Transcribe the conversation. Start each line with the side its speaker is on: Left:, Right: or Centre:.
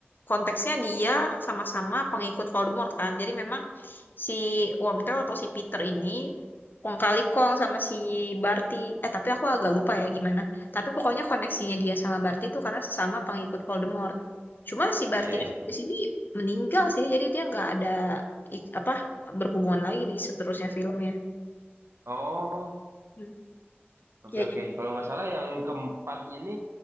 Left: konteksnya dia sama-sama pengikut Voldemort kan. Jadi memang si Wormtail atau si Peter ini kong kali kong sama si Barty. Eh tapi aku agak lupa ya gimana. Tapi pokoknya koneksinya dia sama Barty itu karena sesama pengikut Voldemort. Cuma si Barty
Right: Iya, iya.
Left: ini habis ini meninggal sih. Jadi dia nggak ada ik- apa berhubungan lagi di seterusnya filmnya.
Right: Oh,
Left: Hmm.
Right: oke,
Left: Ya,
Right: oke. Kalau nggak salah yang keempat ini